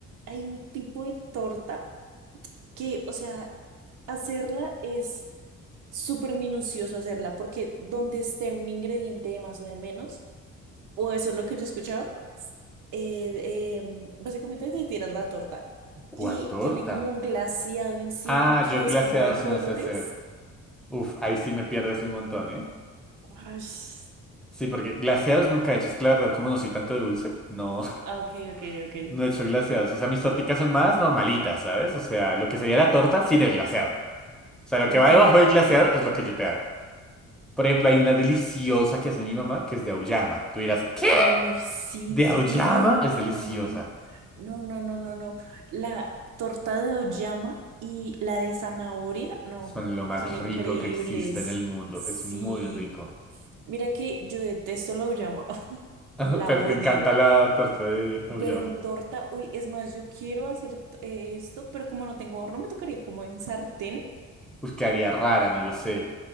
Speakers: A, on the right (about 80°); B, in the centre.
A: hay un tipo de torta que, o sea, hacerla es súper minucioso hacerla, porque donde esté un ingrediente de más o de menos, o eso es lo que yo escuchaba, eh, em, básicamente te tiras la torta
B: ¿Cuál
A: y
B: torta?
A: tiene como un glaseado encima
B: Ah,
A: que
B: yo glaseado
A: es como de
B: si
A: colores.
B: no sé hacer. Uf, ahí sí me pierdes un montón, ¿eh?
A: Ush.
B: Sí, porque glaseados nunca he hecho. Es que la verdad, como no soy tanto de dulce, no,
A: Ah, Ok, ok,
B: <laughs>
A: ok.
B: no he hecho glaseados. O sea, mis torticas son más normalitas, ¿sabes? O sea, lo que sería la torta sin el glaseado. O sea, lo
A: Ok.
B: que va debajo del glaseado es lo que yo te hago. Por ejemplo, hay una deliciosa que hace mi mamá que es de auyama. Tú dirás, ¿qué?
A: Uy, sí.
B: De auyama
A: No, no, no,
B: es
A: no,
B: deliciosa.
A: no, no, no. No, no, no, no, no. La torta de oyama y la de zanahoria, no,
B: Son lo más
A: son increíbles.
B: rico que existe en el mundo.
A: Sí.
B: Es muy rico.
A: Mira que yo detesto la oyama, <laughs>
B: <laughs>
A: la
B: Pero
A: odio.
B: te encanta la torta de auyama.
A: Pero en torta, uy, es más, yo quiero hacer eh, esto, pero como no tengo horno, me tocaría como en sartén.
B: Pues quedaría rara, no lo sé.